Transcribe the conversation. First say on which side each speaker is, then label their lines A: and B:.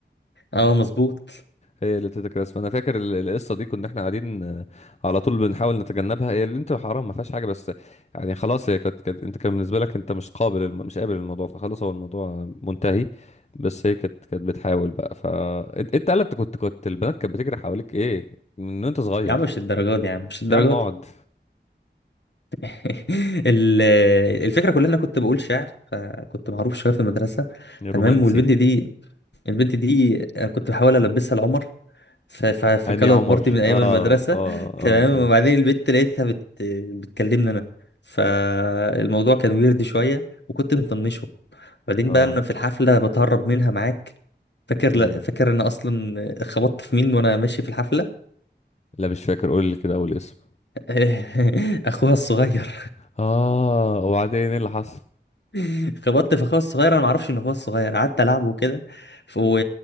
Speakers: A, on the left (about 65°); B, on the left (about 35°).
A: اه مظبوط
B: هي اللي اديتك رسمه انا فاكر ال- القصه دي كنا احنا قاعدين آه، على طول بنحاول نتجنبها هي اللي انت حرام ما فيهاش حاجه بس يعني خلاص هي كانت كانت- انت كان بالنسبه لك انت مش قابل الم- مش قابل الموضوع فخلاص هو الموضوع منتهي بس هي كانت كانت بتحاول بقى ف انت انت قالت كنت كنت البنات كانت بتجري حواليك ايه من وانت صغير
A: يا عم مش الدرجات دي يا عم مش الدرجات
B: يا عم اقعد
A: دي <laughs> ال- الفكرة كلها إن أنا كنت بقول شعر فكنت معروف شوية في المدرسة تمام
B: رومانسي
A: والبنت دي البنت دي أنا كنت بحاول البسها لعمر ف- ف- في
B: اني
A: كالر
B: عمر
A: بارتي من ايام
B: اه
A: المدرسه
B: اه
A: <laughs> تمام
B: اه
A: وبعدين
B: اه
A: البنت لقيتها بت... بتكلمني انا فالموضوع كان ويرد شويه وكنت مطنشه بعدين
B: اه
A: بقى انا في الحفله بتهرب منها معاك فاكر
B: مم.
A: ل... فاكر انا اصلا خبطت في مين وانا ماشي في الحفله
B: لا مش فاكر قول لي كده اول اسم
A: <laughs> اخوها الصغير
B: اه وبعدين ايه اللي حصل
A: <laughs> خبطت في اخويا الصغير انا ما اعرفش ان اخويا الصغير قعدت العبه وكده ف... و...